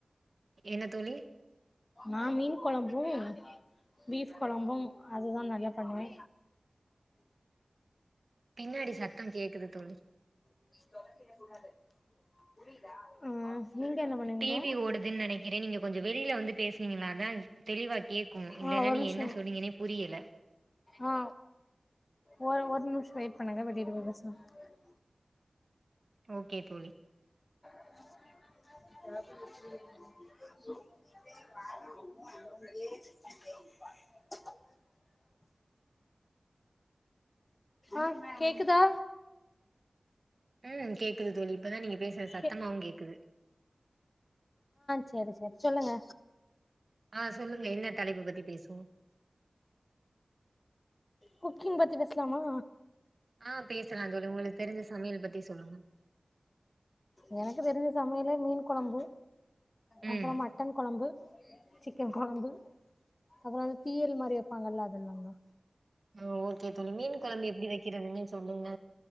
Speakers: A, on the right; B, on the left.
A: என்ன தோழி
B: நா மீன் <unintelligible> பீஃப் கொழம்பு அதுதா நறய பண்ணுவே
A: பின்னாடி சத்தங் கேக்குது தோழி
B: <unintelligible> சொன்னது புரியிதா ஆ நீங்க என்ன பண்ணுவீங்க
A: டீவி ஓடுதுன் நெனைக்கிறே நீங்க கொஞ்சொ வெளில வந்து பேச்னீங்னான தெளிவா கேட்கு இல்லனா
B: ஆ ஒரு
A: நீ
B: நிமிஷோ
A: என்ன சொன்னிங்கெனே புரியெல
B: ஆ ஒரு ஒரு நிம்ஷ வெயிட் பண்ணங்க <unintelligible>
A: ஓக்கே தோழி
B: <inaudible> ஆ கேக்குதா
A: ம் கேக்குது தோழி இப்பதா நீங்க பேசுற சத்தமாவு
B: கே
A: கேக்குது
B: சேரி சேரி சொல்லுங்க
A: ஆ சொல்லுங்க என்ன தலைப்பு பத்தி பேசுவோ
B: குக்கிங் பத்தி பேஸ்லாமா
A: ஆ பேசலா தோழி உங்களுக் தெரிஞ்ச சமையல் பத்தி சொல்லுங்க
B: எனக்கு தெரிஞ்ச சமையலே மீன் கொழம்பு அப்றோ
A: ம்
B: மட்டன் கொழம்பு சிக்கன் கொழம்பு அப்புறோ தீயர்ரி மாரி வெப்பங்கல்ல இதல்லாங்க
A: ஆ ஓகே தோழி மீன் கொழம்பு எப்டி வெக்கிறதுன்னு சொல்லுங்க